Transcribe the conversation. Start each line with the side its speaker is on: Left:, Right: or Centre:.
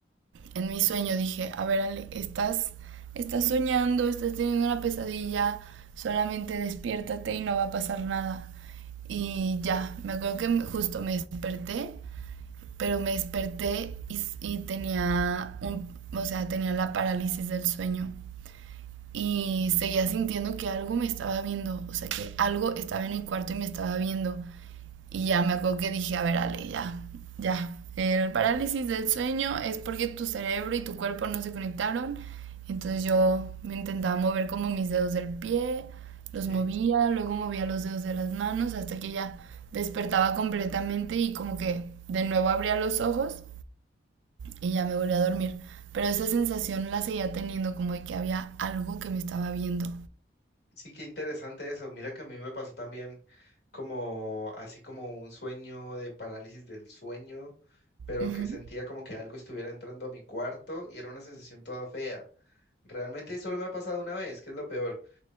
Right: en mi sueño dije, a ver Ale, estás, estás soñando, estás teniendo una pesadilla, solamente despiértate y no va a pasar nada. Y ya, me acuerdo que justo me desperté, pero me desperté y, y tenía un, o sea, tenía la parálisis del sueño. Y seguía sintiendo que algo me estaba viendo, o sea, que algo estaba en mi cuarto y me estaba viendo. Y ya me acuerdo que dije, a ver, Ale, ya, ya. El parálisis del sueño es porque tu cerebro y tu cuerpo no se conectaron. Entonces yo me intentaba mover como mis dedos del pie,
Left: Sí,
Right: los movía, luego movía los dedos de las manos hasta que ya despertaba completamente y como que de nuevo abría los ojos y ya me volví a dormir. Pero esa sensación la seguía teniendo como de que había algo que me estaba viendo.
Left: sí, qué interesante eso. Mira que a mí me pasó también como así como un sueño de parálisis del sueño, pero
Right: Ujú.
Left: que sentía como que algo estuviera entrando a mi cuarto y era una sensación toda fea. Realmente solo me ha pasado una vez, que es lo peor.